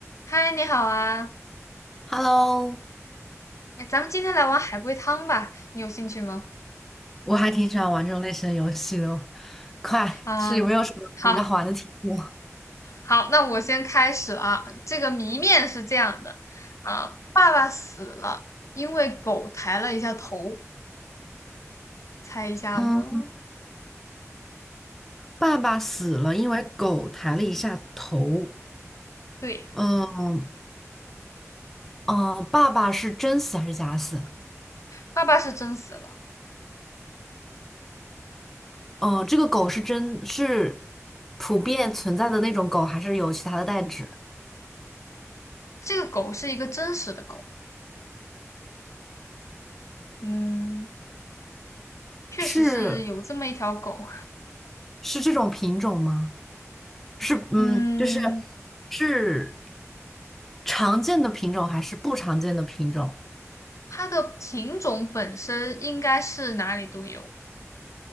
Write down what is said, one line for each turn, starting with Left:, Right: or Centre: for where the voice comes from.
Left: 嗨，你好啊！
Centre: Hello，
Left: 哎，咱们今天来玩海龟汤吧，你有兴趣吗？
Centre: 我还挺喜欢玩这种类型的游戏的哦。快，
Left: 啊，
Centre: 是有没有什么比较好玩的题目？
Left: 好，好，那我先开始了啊。这个谜面是这样的，啊，爸爸死了，因为狗抬了一下头，猜一下呢？
Centre: 嗯，爸爸死了，因为狗抬了一下头。
Left: 对，
Centre: 嗯嗯，爸爸是真死还是假死？
Left: 爸爸是真死了，
Centre: 嗯，这个狗是真是普遍存在的那种狗，还是有其他的代指？
Left: 这个狗是一个真实的狗，嗯，确实是有这么一条狗，
Centre: 是是这种品种吗？是嗯，
Left: 嗯，
Centre: 就是是常见的品种还是不常见的品种？
Left: 它的品种本身应该是哪里都有，